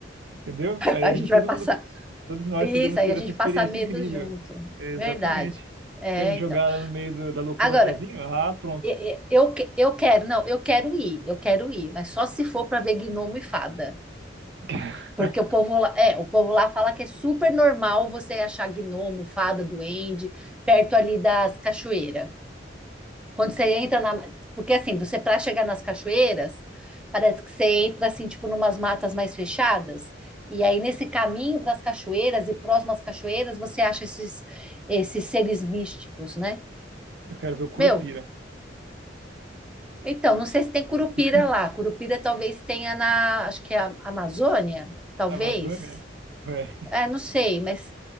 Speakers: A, on the right; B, in the centre.
A: entendeu? Aí
B: A
A: a
B: gente
A: gente,
B: vai
A: todo
B: passar
A: mundo, po- todos nós
B: Isso,
A: podemos
B: aí
A: ter
B: a gente
A: essa experiência
B: passa medo
A: incrível.
B: junto.
A: Exatamente.
B: Verdade. É,
A: Quer me
B: então.
A: jogar lá no meio do- da loucura
B: Agora,
A: sozinho? Ah, pronto.
B: e- e- eu, que- eu quero, não, eu quero ir, eu quero ir, mas só se for para ver gnomo e fada.
A: <laughs>
B: Porque o povo lá, é, o povo lá fala que é super normal você achar gnomo, fada, duende, perto ali das cachoeiras. Quando você entra na. Porque assim, você para chegar nas cachoeiras, parece que você entra assim, tipo, numas matas mais fechadas. E aí, nesse caminho para as cachoeiras e próximas às cachoeiras, você acha esses, esses seres místicos, né?
A: Eu quero ver o Curupira.
B: Meu, então, não sei se tem Curupira
A: <laughs>
B: lá. Curupira talvez tenha na, acho que é a Amazônia, talvez.
A: Amazônia? Ué.
B: É, não sei, mas